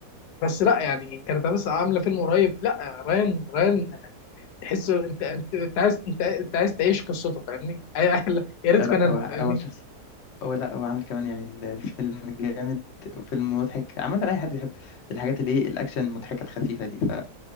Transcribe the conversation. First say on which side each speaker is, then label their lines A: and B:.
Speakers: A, on the left; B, on the left.
A: بس لا يعني كانت بس عامله فيلم قريب لا ريان ريان تحسه انت انت انت عايز انت, انت عايز تعيش قصته فاهمني <laughs> أي- يا ريت
B: آه، لا
A: كان انا
B: هو
A: فاهمني
B: هو شخص هو لا هو عامل كمان يعني ال- الفيلم جامد وفيلم مضحك عامة أي حد بيحب الحاجات اللي ايه الأكشن المضحكة الخفيفة دي ف...